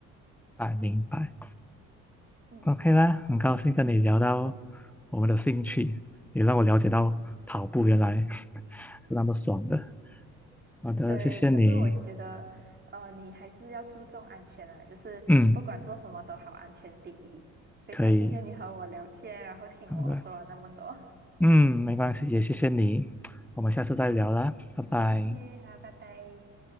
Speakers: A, in the centre; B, on the right (about 35°).
A: 啊，明白
B: 嗯，
A: ，OK 啦，很高兴跟你聊到我们的兴趣，也让我了解到跑步原来 <laughs> 是那么爽的，好的，
B: 对。
A: 谢谢你，
B: 可是我觉得，呃，你还是要注重安全啊，就是不管做什么都好，
A: 嗯，
B: 安全第一。非常谢谢你和我聊天，
A: 可以，
B: 然后听我说了那么多。
A: 好的。嗯，没关系，也谢谢你，我们下次再聊啦，
B: 好
A: 拜拜。
B: ，OK，好，拜拜。